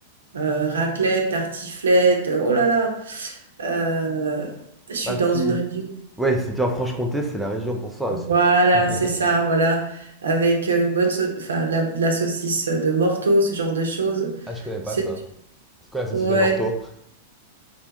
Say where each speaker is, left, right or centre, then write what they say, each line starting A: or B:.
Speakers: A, on the right; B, in the centre.
A: euh, raclette, tartiflette. euh, Oh là là, Euh, je suis
B: Bah
A: dans
B: si.
A: une région.
B: Ouais, si tu es en Franche-Comté, c'est la région pour ça aussi.
A: Voilà,
B: <laughs>
A: c'est ça, voilà. Avec euh, une bonne, sau- enfin, de la, de la saucisse de Morteau, ce genre de choses.
B: Ah, je connais pas
A: C'est,
B: ça. C'est quoi la saucisse
A: ouais,
B: de Morteau?